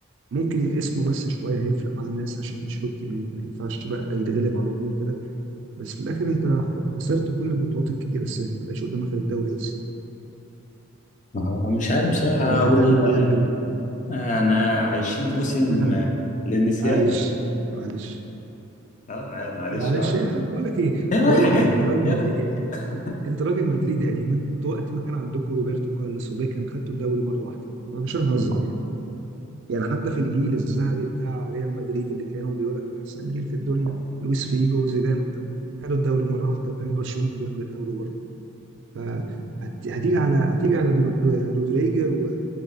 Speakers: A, on the right; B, on the left.
A: ممكن اسمه بس شويه هيفرق مع الناس عشان انشيلوتي ما ما ينفعش بقى يتغلب على طول كده بس في الاخر انت خسرت كل البطولات الكتيره السنه دي ما بقاش قدامك غير الدوري بس
B: آه، مش عارف بصراحه
A: يعني
B: اقول
A: كان دايما
B: ايه
A: الريال
B: بقى يعني
A: بي
B: آه، انا عايشين موسم
A: <laughs>
B: آه، للنسيان
A: معلش
B: بس
A: معلش
B: اه عادي معلش
A: معلش
B: اه
A: يا بقول لك ايه
B: هي رايحه
A: بقول لك
B: جايه
A: ايه انت راجل
B: هي
A: مدريدي
B: رايحه جايه
A: انت راجل مدريدي قديم انت وقت ما كان عندكم روبرتو كارلوس وبيكهام خدتوا الدوري مره واحده ما مش هنهزر يعني يعني حتى في الجيل الذهبي بتاع ريال مدريد اللي كانوا بيقول لك احسن جيل في الدنيا لويس فيجو وزيدان وبتاع خدوا الدوري مره واحده وكان برشلونه كان بياخد الدوري بره فهتيجي على هتيجي على در- رودريجر و...